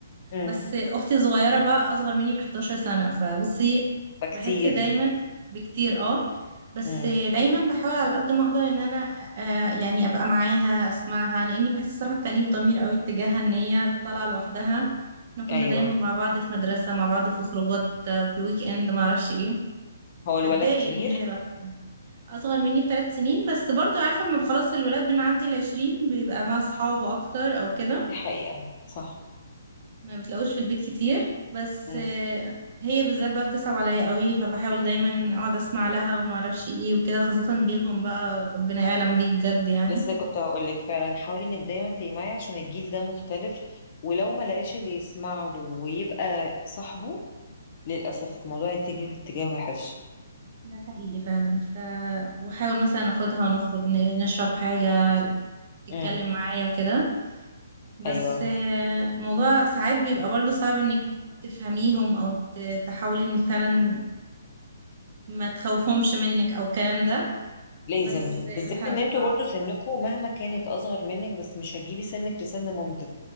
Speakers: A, on the left (about 40°); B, on the right (about 45°).
A: امم
B: بس اختي الصغيره بقى اصغر مني ب 11 سنه فبصي
A: فكتير
B: بحس دايما بكتير اه بس
A: امم
B: دايما بحاول على قد ما اقدر ان انا آه يعني ابقى معاها اسمعها لاني بحس الصراحه بتأنيب ضمير قوي اتجاهها ان هي طالعه لوحدها احنا كنا
A: أيوه
B: دايما مع بعض في مدرسه مع بعض في خروجات آه، في ويك اند ما اعرفش ايه
A: هو الولد
B: بتضايق
A: كبير
B: ان هي لوحدها اصغر مني بثلاث سنين بس برضو عارفه اما خلاص الولاد بنعدي العشرين بيبقى مع اصحابه اكتر او كده
A: دي حقيقة صح
B: ما بتلاقوش في البيت كتير بس
A: مم.
B: آه، هي بالذات بقى بتصعب عليا قوي فبحاول دايما اقعد اسمع لها وما اعرفش ايه وكده خاصة جيلهم بقى ربنا يعلم بيه بجد يعني
A: لسه كنت هقول لك فعلا حاولي انك دايما تبقي معي عشان الجيل ده مختلف ولو ما لقاش اللي يسمع له ويبقى صاحبه للأسف الموضوع يتجه اتجاه وحش
B: ده حقيقي فعلا ف واحاول مثلا اخدها ونخرج ن- نشرب حاجة تتكلم
A: مم.
B: معايا وكده بس
A: ايوه
B: آه، موضوع ساعات بيبقى برضو صعب انك تفهميهم او ت- تحاولي انك فعلا ما تخوفهمش منك او الكلام ده
A: لازم
B: بس
A: بالذات
B: بتحاول
A: ان انتوا
B: اه
A: برضو سنكم مهما كانت اصغر منك بس مش هتجيبي سنك لسن مامتك